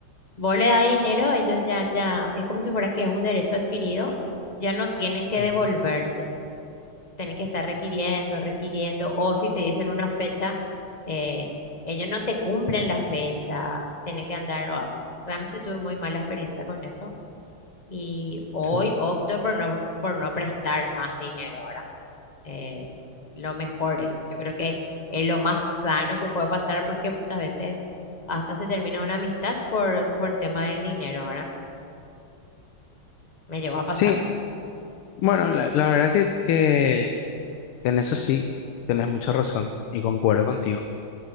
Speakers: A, on the left; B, on the left.
A: Vos le das dinero, ellos ya, ya, es como si fuera que es un derecho adquirido, ya no tienen que
B: Ujú,
A: devolverte, tienen que estar requiriendo, requiriendo, o si te dicen una fecha, eh, ellos no te cumplen la fecha, tenés que andar, o sea, realmente tuve muy mala experiencia con eso y hoy
B: Sí.
A: opto por no, por no prestar más dinero ahora. Eh, lo mejor es, yo creo que es lo más sano que puede pasar porque muchas veces hasta se termina una amistad por, por tema del dinero, ¿verdad? Me llegó a pasar.
B: Sí, Bueno, la, la verdad que, que- que en eso sí tenés mucha razón y concuerdo contigo.